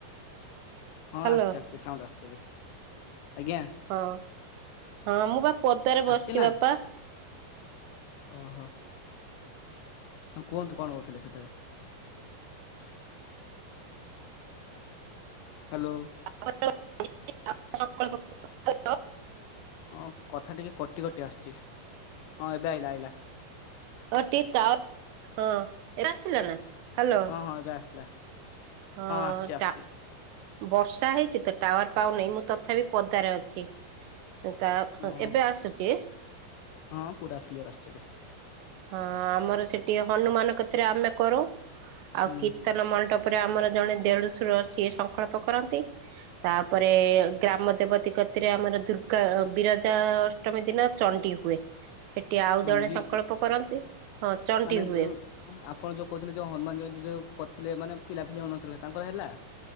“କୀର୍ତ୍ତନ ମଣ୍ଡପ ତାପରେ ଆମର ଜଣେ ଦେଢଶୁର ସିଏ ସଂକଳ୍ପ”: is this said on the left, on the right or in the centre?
Right